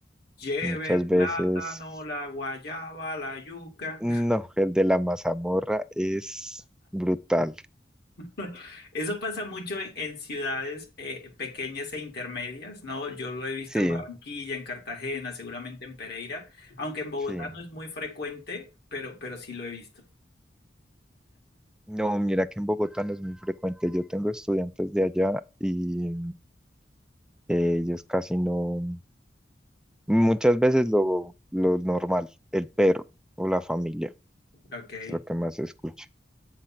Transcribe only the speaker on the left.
Lleve
el plátano,
la guayaba, la yuca.
<laughs> Eso pasa mucho en, en ciudades eh, pequeñas e intermedias, ¿no? Yo lo he visto
en Barranquilla, en Cartagena, seguramente en Pereira, aunque en Bogotá
no es muy frecuente, pero, pero sí lo he visto.
Ok.